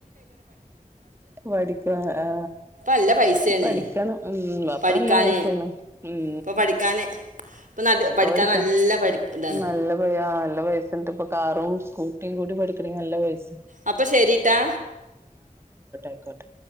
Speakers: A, on the right; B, on the right.
A: പഠിക്കാ ആ
B: നല്ല പൈസയാണ്
A: പഠിക്കണം ഉം അപ്പ
B: പഠിക്കാൻ
A: നല്ല പൈസെയാണ് ഉം
B: ഇപ്പം പഠിക്കാൻ ഇപ്പം
A: ഇപ്പ
B: പഠിക്കാൻ
A: പഠിക്കാ
B: നല്ല പഠി ഇതാണ്
A: നല്ല പിഴ നല്ല പൈസ ഇണ്ട്പ്പം കാറും സ്കൂട്ടിയും കൂടി പഠിക്കെണെങ്കി നല്ല പൈസ
B: അപ്പ ശരിട്ടാ
A: അയിക്കോട്ടെ